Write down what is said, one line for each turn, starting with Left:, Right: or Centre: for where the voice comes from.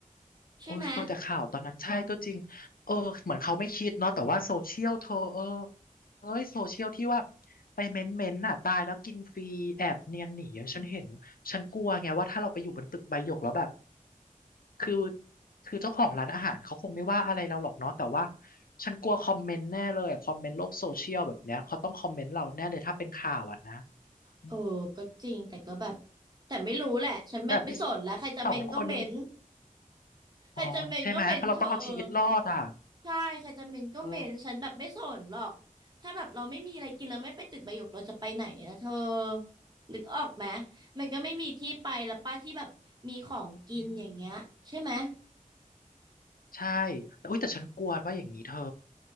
Right: ใช่ไหม
Left: โอ้เธอแต่ข่าวตอนนั้นใช่ก็จริงเออเหมือนเขาไม่คิดเนาะแต่ว่าโซเชียลเธอเออเอ้ยโซเชียลที่ว่าไปเม้นเม้นน่ะตายแล้วกินฟรีแอบเนียนหนีอะฉันเห็นฉันกลัวไงว่าถ้าเราไปอยู่บนตึกใบหยกแล้วแบบคือคือเจ้าของร้านอาหารเขาคงไม่ว่าอะไรเราหรอกเนาะแต่ว่าฉันกลัวคอมเมนต์แน่เลยอะคอมเมนต์โลกโซเชียลแบบเนี้ยเขาต้องคอมเมนต์เราแน่เลยถ้าเป็นข่าวอ่ะนะอืม
Right: เออก็จริงแต่ก็แบบแต่ไม่รู้แหละฉันไม่ไม่สนแล้วใครจะเมนก็เมน
Left: แบบสองคน
Right: ใครจะเมนก็เมนเธอะเออ
Left: อ๋อใช่ไหมเพราะเราต้องเอาชีวิตรอดอ่ะ
Right: ใช่ใครจะเมนก็เมนฉันแบบไม่สนหรอก
Left: เออ
Right: ถ้าแบบเราไม่มีอะไรกินเราไม่ไปตึกใบหยกเราจะไปไหนอะเธอนึกออกไหมมันก็ไม่มีที่ไปแล้วป้าที่แบบมีของกินอย่างเงี้ยใช่ไหม
Left: อืม ใช่แต่อุ๊ยแต่ฉันกลัวว่าอย่างนี้เธอ